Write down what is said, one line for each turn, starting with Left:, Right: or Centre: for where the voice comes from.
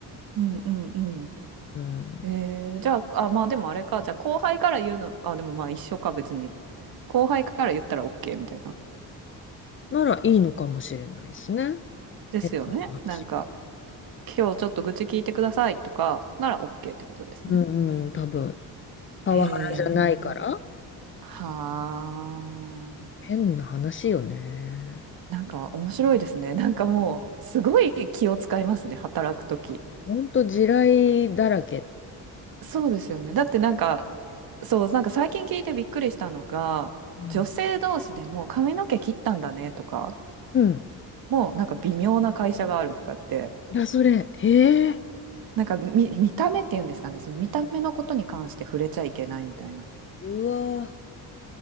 Right: うんうんう
Left: うん。
Right: ん。えー、じゃあ、あ、まあでもあれか、じゃあ後輩から言うの、あ、でもまあ一緒か別に。後輩から言ったら OK みたいな。
Left: ならいいのかもしれないですね。
Right: ですよね。
Left: 変な話。
Right: なんか、今日ちょっと愚痴聞いてくださいとかなら OK ってことですね。
Left: うんうん、多分。パワハラじゃないから。
Right: へえ。はあ。
Left: 変な話よね。
Right: なんか面白いですね。<laughs> なんかもう、すごい気を使いますね、働くとき。
Left: ほんと地雷だらけ。
Right: そうですよね。だってなんか、そう、なんか最近聞いてびっくりしたのが、
Left: うん
Right: 女性同士でも髪の毛切ったんだねとか、
Left: うん。
Right: もうなんか微妙な会社があるとかって、
Left: だ、それ。へえ。
Right: なんか見、見た目っていうんですかね、その見た目のことに関して触れちゃいけないみたいな。
Left: うわー